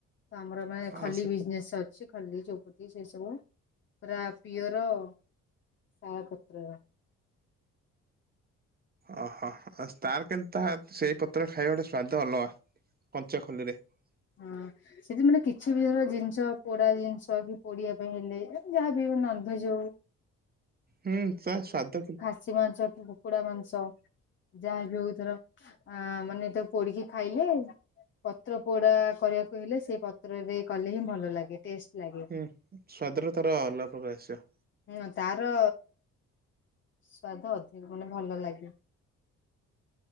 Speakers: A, on the left; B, on the right.
A: ତ ଆମର ମାନେ
B: ହଁ
A: ଖାଲି
B: ସେ
A: ବିଜନେସ୍ ଅଛି। କି ଖଲି ଚୋପୁଦ ସେ ସବୁ ପୁରା ପିୟର ଶାଳ ପତ୍ରର
B: ଓହୋ ତାର କେତା ସେଇ ପତ୍ର ଖାଇବା ଗୋଟେ ସ୍ଵାଦ ଅଲଗା କଞ୍ଚାଖୋଲିରେ। <unintelligible>
A: ହଁ ସେଠି ମାନେ କିଛି ବି ଧର ଜିନିଷ ପୋଡା ଜିନିଷ କି ପୋଡିିବା ପାଇଁ ହେଲେ ଯାହାବ ନନଭେଜ ହଉ।
B: ହୁଁ ତ ଶାଧ୍ୟ କି
A: ଖଷୀ ମାଂସ କି କୁକୁଡ଼ା ମାଂସ। ଯାହାବ ହଉଥର ଆ ମାନେ ତାକୁ ପୋଡିକି ଖାଇଲେ ପତ୍ର ପୋଡ଼ା କରିବାକୁ ହେଲେ ସେ ପତ୍ରରେ କଲେ ହିଁ ଭଲ ଲାଗେ ଟେଷ୍ଟ ଲାଗେ।
B: ହୁଁ ସ୍ଵାଦର ତାର ଅଲଗା ପ୍ରକାର ଆସିବ।
A: ହୁଁ ତାର ସ୍ଵାଦ ଅଧିକ ମାନେ ଭଲ ଲାଗେ।